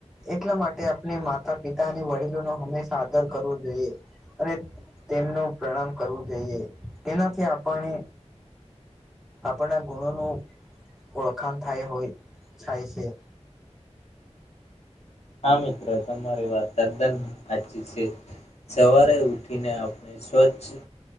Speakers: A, in the centre; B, on the left (about 65°).
A: એટલા માટે માતા પિતા અને વડીલો ન હંમેશા આદર કરવો જોઈએ અને તેમનું પ્રણામ કરવું જોઈએ તેનાથી આપણે આપણના ગુણોનું ઓળખાણ થાય હોય થાય છે
B: હા મિત્ર તમારી વાત તદ્દન હાચી છે સવારે ઉઠીને ને સ્વચ્છ